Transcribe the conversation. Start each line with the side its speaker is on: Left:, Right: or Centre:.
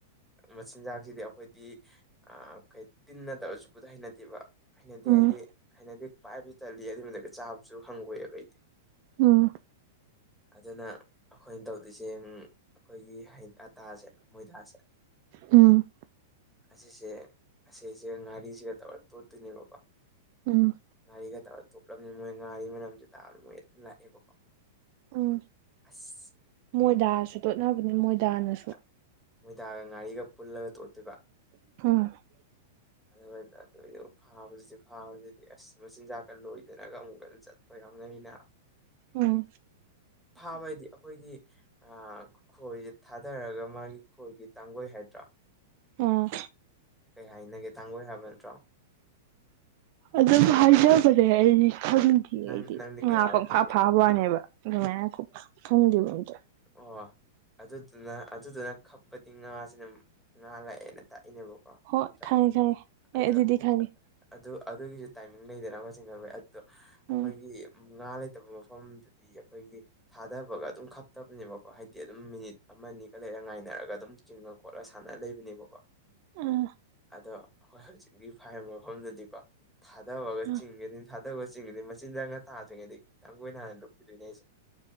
Centre: ꯃꯆꯤꯟꯖꯥꯛꯁꯤꯗꯤ ꯑꯩꯈꯣꯏꯗꯤ ꯑ ꯀꯩ ꯇꯤꯟꯅ ꯇꯧꯔꯒ ꯆꯨꯄꯗꯣ ꯍꯩꯅꯗꯦꯕ ꯍꯩꯅꯗꯤ
Right: ꯎꯝ
Centre: ꯍꯥꯏꯗꯤ ꯍꯩꯅꯗꯤ ꯄꯥꯏꯕꯁꯨ ꯇꯜꯂꯤ ꯑꯗꯨꯏ ꯃꯊꯛꯇ ꯆꯥꯕꯁꯨ ꯍꯪꯒꯣꯌꯦꯕ ꯑꯩꯗꯤ
Right: ꯎꯝ
Centre: ꯑꯗꯨꯅ ꯑꯩꯈꯣꯏꯅ ꯇꯧꯗꯣꯏꯁꯦ ꯎꯝ ꯑꯩꯈꯣꯏꯒꯤ ꯍꯩ ꯑꯇꯥꯁꯦ ꯃꯣꯏꯗꯥꯁꯦ
Right: ꯎꯝ
Centre: ꯑꯁꯤꯁꯦ ꯑꯁꯤꯁꯤꯒ ꯉꯥꯔꯤꯁꯤꯒ ꯇꯧꯔ ꯇꯣꯠꯇꯣꯏꯅꯦꯕꯀꯣ
Right: ꯎꯝ
Centre: ꯉꯥꯔꯤꯒ ꯇꯧꯔ ꯇꯣꯠꯂꯕꯅꯤꯅ ꯃꯣꯏ ꯉꯥꯔꯤ ꯃꯅꯝꯁꯤ ꯇꯥꯕꯗ ꯃꯣꯏ ꯑꯗꯨꯝ ꯂꯥꯛꯑꯦꯕꯀꯣ
Right: ꯎꯝ
Centre: ꯑꯁ
Right: ꯃꯣꯏꯗꯥꯁꯨ ꯇꯣꯠꯅꯕꯅꯦ ꯃꯣꯏꯗꯥꯅ
Centre: ꯑ ꯃꯣꯏꯗꯒ ꯉꯥꯔꯤꯒ ꯄꯨꯜꯂꯒ ꯇꯣꯠꯇꯣꯏꯕ
Right: <unintelligible>
Centre: <inaudible> ꯑꯗꯨꯒ ꯑꯗꯨꯏꯗꯨ ꯐꯥꯕꯖꯤ ꯐꯥꯕꯖꯤ ꯑꯁ ꯃꯆꯤꯟꯖꯥꯛꯀ ꯂꯣꯏꯗꯅꯒ ꯑꯃꯨꯛꯀ ꯆꯠꯄ ꯌꯤꯎꯅꯔꯤꯅꯦꯕ
Right: ꯎꯝ
Centre: ꯐꯥꯕ ꯍꯥꯏꯗꯤ ꯑꯈꯣꯏꯒꯤ ꯑ ꯈꯣꯏ ꯊꯥꯗꯔꯒ ꯃꯥꯒꯤ ꯈꯣꯏꯒꯤ ꯇꯥꯡꯒꯣꯏ ꯍꯥꯏꯗ꯭ꯔꯣ
Right: ꯑꯣ
Centre: ꯀꯩ ꯍꯥꯏꯅꯒꯦ ꯇꯥꯡꯒꯣꯏ ꯍꯥꯏꯕꯟꯇ꯭ꯔꯣ
Right: ꯑꯗꯨꯝ ꯍꯥꯏꯅꯕꯅꯦ ꯑꯩꯗꯤ ꯈꯡꯗꯤꯌꯦ
Centre: ꯅꯪ
Right: ꯑꯩꯗꯤ
Centre: ꯅꯪꯗꯤ
Right: ꯉꯥ
Centre: ꯀꯩ ꯍꯥꯏꯔ
Right: ꯄꯪꯐꯥ
Centre: ꯈꯪꯒꯦ
Right: ꯐꯥꯕ ꯋꯥꯅꯦꯕ ꯑꯗꯨꯃꯥꯏꯅ <unintelligible> ꯈꯪꯗꯦꯕ ꯑꯝꯇ
Centre: ꯑꯣ ꯑꯗꯨꯗꯨꯅ ꯑꯗꯨꯗꯨꯅ ꯈꯞꯄꯗꯤ ꯉꯥꯥꯁꯤꯅ ꯉꯥ ꯂꯥꯛꯑꯦꯅ ꯇꯥꯛꯏꯅꯦꯕꯀꯣ
Right: ꯍꯣꯏ
Centre: ꯅꯠꯇ꯭ꯔꯥ
Right: ꯈꯪꯉꯦ ꯈꯪꯉꯦ ꯑꯦ
Centre: ꯑꯗꯣ
Right: ꯑꯗꯨꯗꯤ ꯈꯪꯉꯦ
Centre: ꯑꯗꯨ ꯑꯗꯨꯒꯤꯁꯨ ꯇꯥꯏꯃꯤꯡ ꯂꯩꯗꯅ ꯀꯣ ꯆꯤꯡꯈꯠꯕꯩ ꯑꯗꯣ ꯑꯩꯈꯣꯏꯒꯤ
Right: ꯎꯝ
Centre: ꯉꯥ ꯂꯩꯇꯕ ꯃꯐꯝ ꯃꯐꯝꯗꯗꯤ ꯑꯈꯣꯏꯒꯤ ꯊꯥꯗꯕꯒ ꯑꯗꯨꯝ ꯈꯞꯇꯕꯅꯦꯕꯀꯣ ꯍꯥꯏꯗꯤ ꯑꯗꯨꯝ ꯃꯤꯅꯤꯠ ꯑꯃꯅꯤ ꯂꯩꯔꯒ ꯉꯥꯏꯅꯔꯒ ꯑꯗꯨꯝ ꯆꯤꯡꯉ ꯈꯣꯠꯂ ꯁꯥꯟꯅꯔ ꯂꯩꯕꯤꯅꯦꯕꯀꯣ
Right: ꯑꯥ
Centre: ꯑꯗꯣ ꯑꯈꯣꯏ ꯍꯧꯖꯤꯛꯀꯤ ꯐꯥꯏꯔꯤꯕ ꯃꯐꯝꯗꯗꯤꯀꯣ ꯊꯥꯗꯕꯒ
Right: ꯑꯥ
Centre: ꯆꯤꯡꯒꯅꯤ ꯊꯥꯗꯕꯒ ꯆꯤꯡꯒꯗꯤ ꯃꯆꯤꯟꯖꯥꯛꯒ ꯊꯥꯗ꯭ꯔꯤꯉꯩꯗꯒꯤ ꯇꯥꯡꯒꯣꯏꯅ ꯍꯥꯟꯅ ꯂꯨꯞꯈꯤꯗꯣꯏꯅꯦ ꯍꯥꯏꯁꯦ <inaudible>